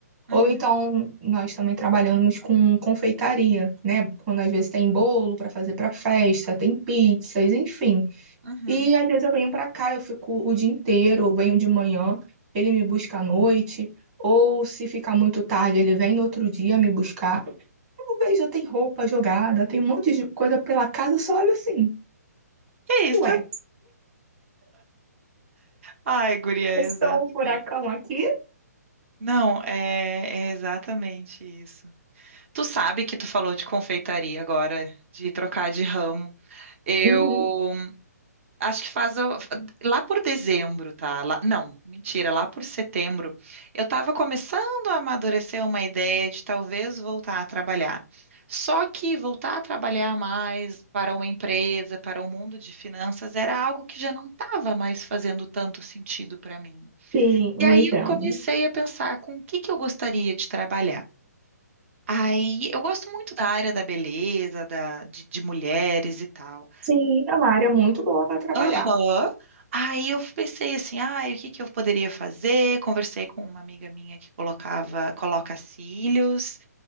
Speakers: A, on the right; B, on the right.
A: Ou
B: uhum,
A: então nós também trabalhamos com confeitaria, né? Quando às vezes tem bolo para fazer para festa, tem pizzas, enfim.
B: uhum.
A: E às vezes eu venho pra cá, eu fico o dia inteiro, eu venho de manhã, ele me busca à noite, ou se ficar muito tarde, ele vem no outro dia me buscar. Eu vejo, tem roupa jogada, tem um monte de coisa pela casa, eu só olho assim,
B: Que isso?
A: ué,
B: Ai, guria, é
A: é só
B: exatamente.
A: um furacão aqui?
B: Não, é, é exatamente isso. Tu sabe que tu falou de confeitaria agora, de trocar de ramo. Eu
A: Uhum,
B: Acho que faz o- lá por dezembro, tá? Lá- não, mentira, lá por setembro, eu estava começando a amadurecer uma ideia de talvez voltar a trabalhar. Só que voltar a trabalhar mais para uma empresa, para o mundo de finanças, era algo que já não estava mais fazendo tanto sentido para mim.
A: sim, eu
B: E aí
A: entendo.
B: eu comecei a pensar com o que que eu gostaria de trabalhar. Aí eu gosto muito da área da beleza, da, de de mulheres e tal.
A: Sim, é uma área muito boa para trabalhar.
B: Aham. Aí eu pensei assim, ah, o que que eu poderia fazer? Conversei com uma amiga minha que colocava, coloca cílios.